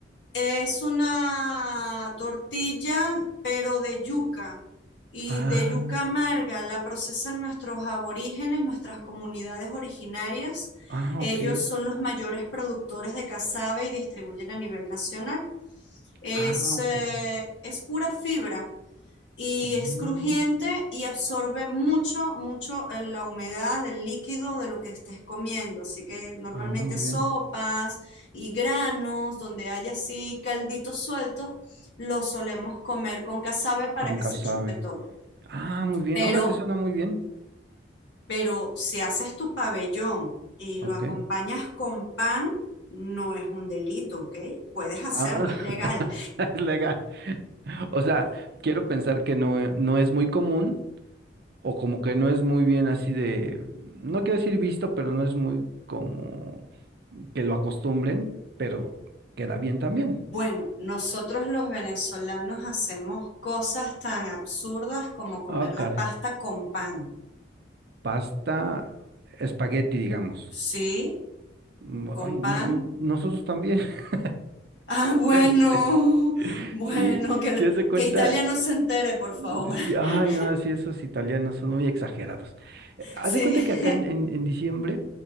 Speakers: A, on the left; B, on the right.
A: Es una tortilla, pero de yuca y
B: Ah,
A: de yuca amarga. La procesan nuestros aborígenes, nuestras comunidades originarias.
B: ah,
A: Ellos
B: ok.
A: son los mayores productores de casabe y distribuyen a nivel nacional. Es,
B: Ah, ok.
A: eh, es pura fibra y es
B: Mm,
A: crujiente y absorbe mucho, mucho eh, la humedad del líquido de lo que estés comiendo. Así que normalmente
B: Ah, muy
A: sopas
B: bien.
A: y granos, donde hay así calditos sueltos, los solemos comer con casabe para
B: Con
A: que
B: casabe.
A: se chupe todo.
B: Ah, muy bien.
A: Pero,
B: Ahora te suena muy bien.
A: pero si haces tu pabellón y lo
B: Ok.
A: acompañas con pan, no es un delito, ¿ok? Puedes hacerlo,
B: Ah, <laughs>
A: es legal.
B: legal. O sea, quiero pensar que no, e- no es muy común, o como que no es muy bien así de, no quiero decir visto, pero no es muy como que lo acostumbren, pero queda bien también.
A: Bueno, nosotros los venezolanos hacemos cosas tan absurdas como comer
B: Ah, caray.
A: la pasta con pan.
B: Pasta, espagueti, digamos.
A: ¿Sí?
B: Mm,
A: ¿Con
B: ay, n-
A: pan?
B: nosotros también. <laughs>
A: Ah, bueno,
B: Sí,
A: <laughs> bueno,
B: sí,
A: que,
B: sí, haz de cuenta.
A: que Italia no se entere, por favor.
B: Mm, Sí,
A: <laughs>
B: ay, no, sí, esos italianos son muy exagerados. Eh, Haz
A: Sí.
B: de cuenta
A: <laughs>
B: que acá en, en- en diciembre